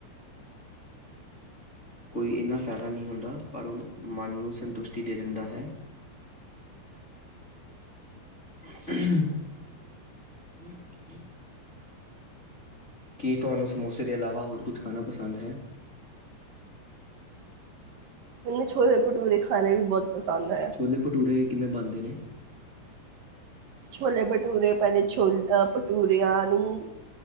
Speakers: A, on the left; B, on the right.
A: ਕੋਈ ਇਨਾ ਫਾਇਦਾ ਨਹੀਂ ਹੁੰਦਾ ਪਰ ਉਹ ਮਨ ਨੂੰ ਸੰਤੁਸ਼ਟੀ ਦੇ ਦਿੰਦਾ ਹੈ <unintelligible> ਕੀ ਤੁਹਾਨੂੰ ਸਮੋਸੇ ਦੇ ਇਲਾਵਾ ਹੋਰ ਕੁਝ ਖਾਣਾ ਪਸੰਦ ਹੈ
B: ਮੈਨੂੰ ਛੋਏ ਭਟੂਰੇ ਖਾਨੇ ਵੀ ਬਹੁਤ ਪਸੰਦ ਹੈ
A: ਛੋਲੇ ਭਟੂਰੇ ਕਿਵੇਂ ਬਣਦੇ ਨੇ
B: ਛੋਲੇ ਭਟੂਰੇ ਪਹਿਲੇ ਛੋ ਭਟੂੂਰਿਆਂ ਨੂੰ